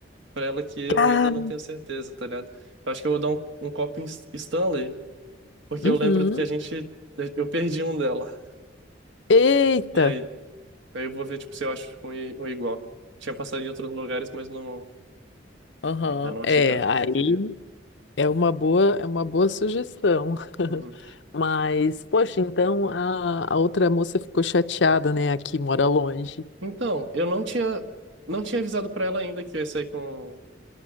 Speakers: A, on the right (about 75°); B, on the left (about 70°).
A: pra ela que eu
B: Ah,
A: ainda não tenho certeza, tá ligado? Eu acho que eu vou dar um, um copo em S- Stanley, porque
B: Uhum.
A: eu lembro que a gente. Eu perdi um dela.
B: eita!
A: E aí, aí eu vou ver, tipo, se eu acho, tipo, um, i- um igual. Tinha passado em outros lugares, mas não.
B: Aham.
A: Ainda não
B: É,
A: achei que era porque
B: aí
A: eu queria.
B: é uma boa, é uma boa sugestão. <laughs>
A: Uhum.
B: Mas, poxa, então a, a outra moça ficou chateada, né? Aqui mora longe.
A: Então, eu não tinha, não tinha avisado pra ela ainda que eu ia sair com,